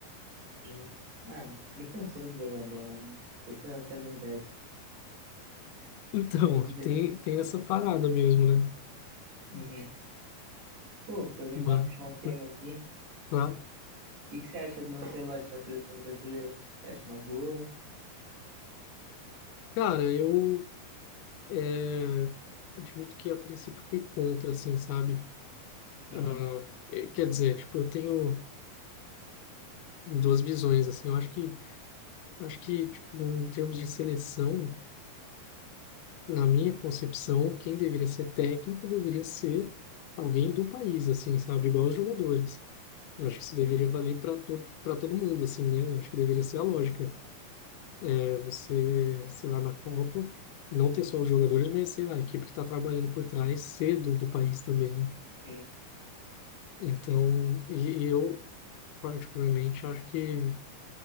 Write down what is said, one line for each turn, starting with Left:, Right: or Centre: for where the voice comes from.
Right: Sim. Ah, me cansou de jogar bola, né? Não sei se essa é a verdade.
Left: Então,
Right: É duro
Left: <laughs>
Right: dessa.
Left: tem, tem essa parada mesmo, né?
Right: Uhum. Pô, aproveitar
Left: Mas,
Right: e puxar um tema
Left: hum,
Right: aqui.
Left: claro.
Right: O que que você acha do Ancelotti na seleção brasileira? Você acha uma boa?
Left: Cara, eu é, admito que a princípio fui contra, assim, sabe?
Right: Uhum.
Left: Ah, é, quer dizer, tipo, eu tenho duas visões, assim. Eu acho que, acho que, tipo, em termos de seleção, na minha concepção, quem deveria ser técnico deveria ser alguém do país, assim, sabe? Igual os jogadores. Eu acho que isso
Right: Sim,
Left: deveria valer para todo, para todo mundo, assim, né? Acho que deveria ser a lógica. É, você, sei lá, na Copa, não ter só os jogadores, mas, sei lá, a equipe que está trabalhando por trás cedo do país também, né?
Right: sim.
Left: Então, e, e eu, particularmente, acho que,